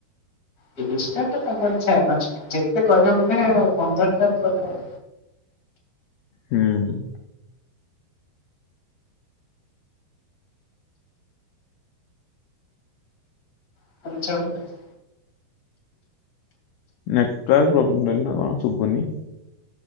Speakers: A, on the left (about 30°); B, on the left (about 80°).
A: ତିରିଶ ଟା ତ ତମ ଇଚ୍ଛା ପାଞ୍ଚଟା ଯେତେ କରିବ ମାନେ ପନ୍ଦର ଟା କର ଆଉ।
B: ହୁଁ।
A: <unintelligible>
B: ନେଟୱାର୍କ ପ୍ରୋବ୍ଲେମ୍ ରହିଲା ନା କଣ ଶୁଭୁନି।